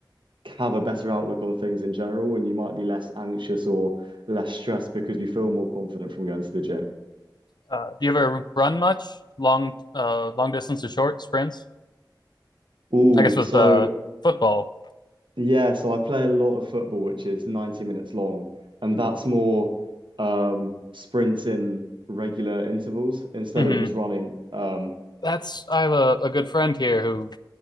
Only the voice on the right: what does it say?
have a better outlook on things in general, and you might be less anxious or less stressed because you feel more confident from going to the gym.
Oh,
so
Yeah, so I play a lot of football, which is 90 minutes long, and that's more um sprints in regular intervals instead
of just running. Um